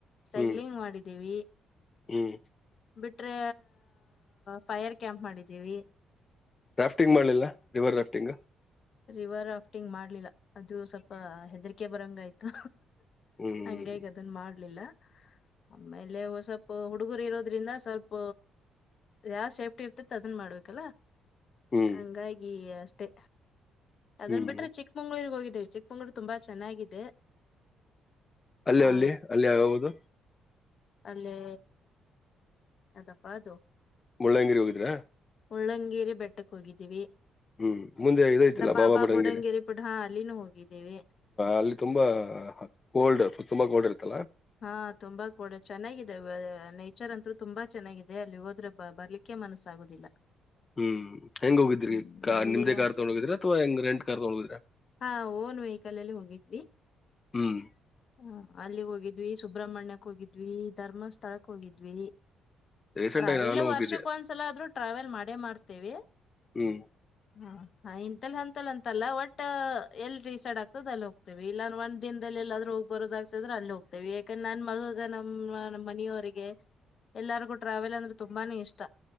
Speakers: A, on the left (about 50°); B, on the left (about 30°).
A: ಸೈಕ್ಲಿಂಗ್
B: ಹ್ಮ್
A: ಮಾಡಿದ್ದೀವಿ.
B: ಹ್ಮ್.
A: ಬಿಟ್ರೆ ಫೈರ್ ಕ್ಯಾಂಪ್ ಮಾಡಿದ್ದೀವಿ.
B: ರಾಫ್ಟಿಂಗ್ ಮಾಡ್ಲಿಲ್ಲ ರಿವರ್ ರಾಫ್ಟಿಂಗ್.
A: ರಿವರ್ ರಾಫ್ಟಿಂಗ್ ಮಾಡ್ಲಿಲ್ಲ ಅದು ಸ್ವಲ್ಪ ಹೆದರಿಕೆ ಬರಂಗ ಆಯ್ತು.
B: ಹ್ಮ್
A: ಹಂಗಾಗಿ ಅದನ್ ಮಾಡ್ಲಿಲ್ಲ. ಆಮೇಲೆ ಒ ಸ್ವಲ್ಪ ಹುಡುಗರು ಇರೋದ್ರಿಂದ ಸ್ವಲ್ಪ ಯಾದ್ ಸೇಫ್ಟಿ ಇರ್ತತಿ ಅದನ್ ಮಾಡ್ಬೇಕಲ್ಲಾ.
B: ಹ್ಮ್
A: ಹಂಗಾಗಿ ಅಷ್ಟೇ ಅದನ್
B: ಹ್ಮ್
A: ಬಿಟ್ರೆ ಚಿಕ್ಕಮಂಗ್ಳೂರ್ರಿಗೆ ಹೋಗಿದ್ ಚಿಕ್ಕಮಂಗಳೂರು ತುಂಬಾ ಚೆನ್ನಾಗಿದೆ.
B: ಅಲ್ಲಿ
A: ಆ
B: ಅಲ್ಲಿ ಅಲ್ಲಿ ಯಾವ್ದು
A: ಅಲ್ಲೇ ಯಾದಪ್ಪಾ ಅದು
B: ಮುಳ್ಳಯ್ಯನಗಿರಿ ಹೋಗಿದ್ರಾ
A: ಮುಳ್ಳಂಗೇರಿ ಬೆಟ್ಟಕ್ಕೆ ಹೋಗಿದ್ದೀವಿ.
B: ಹ್ಮ್ ಮುಂದೆ ಇದೈತಿಲ್ಲ
A: ಬಾಬಾ
B: ಬುಡನ್ಗಿರಿ
A: ಬುಡಂಗೇರಿ ಪುಡ ಹಾ ಅಲ್ಲಿನೂ ಹೋಗಿದ್ದೇವಿ
B: ಅಲ್ಲಿ ತುಂಬಾ ಕೋಲ್ಡ್ ತುಂಬಾ ಕೋಲ್ಡ್ ಇರತ್ತಲ್ಲಾ
A: ಹಾ ತುಂಬಾ ಕೂಡ ಚೆನ್ನಾಗಿದೆ ನೇಚರ್ ಅಂತೂ ತುಂಬಾ ಚೆನ್ನಾಗಿದೆ ಅಲ್ಲಿ ಹೋದ್ರೆ ಬರ್ಲಿಕ್ಕೆ ಮನಸ್ಸಾಗುದಿಲ್ಲ
B: ಹ್ಮ್ ಹೆಂಗ ಹೋಗಿದ್ರಿ
A: ಹ್ಮ್ ಅಲ್ಲಿಗೆ
B: ನಿಮ್ದೇ ಕಾರ್ ತಗೊಂಡ ಹೋಗಿದ್ರಾ ಅಥವಾ ಹೆಂಗ ರೆಂಟ್ ಕಾರ್ ತಗೊಂಡ ಹೋಗಿದ್ರಾ.
A: ಹಾ ಓನ್ ವೆಹಿಕಲ್ಲಲ್ಲೀ ಹೋಗಿದ್ವಿ
B: ಹ್ಮ್
A: ಹಾ ಅಲ್ಲಿಗ್ ಹೋಗಿದ್ವಿ ಸುಬ್ರಹ್ಮಣ್ಯಕ್ ಹೋಗಿದ್ವಿ ಧರ್ಮಸ್ಥಳಕ್ ಹೋಗಿದ್ವಿ.
B: ರೀಸೆಂಟ್
A: ಟ್ರಾವೆಲ್
B: ಆಗಿ ನಾನು ಹೋಗಿದ್ದೆ
A: ವರ್ಷಕ್ ಒಂದ್ಸಲ ಆದ್ರೂ ಟ್ರಾವೆಲ್ ಮಾಡೇ ಮಾಡ್ತೇವಿ.
B: ಹ್ಮ್
A: ಹ್ಮಾ. ಹಾ ಇಂತಲ್ಲ ಹಂತಲ್ ಅಂತಲ್ಲ ಒಟ್ಟ ಎಲ್ ಡಿಸೈಡ್ ಆಗ್ತದ ಅಲ್ಲಿ ಹೋಗ್ತೇವಿ ಇಲ್ಲಾನ ಒಂದ್ ದಿನದಲ್ಲಿ ಎಲ್ಲಾದ್ರೂ ಹೋಗ್ ಬರೋದಾಗ್ತದ್ರ ಅಲ್ಲಿ ಹೋಗ್ತೇವಿ ಯಾಕಂದ್ ನನ್ ಮಗಗ ನಮ್ಮ್ ನಮ್ ಮನಿಯವರಿಗೆ ಎಲ್ಲಾರ್ಗೂ ಟ್ರಾವೆಲ್ ಅಂದ್ರೆ ತುಂಬಾನೇ ಇಷ್ಟ.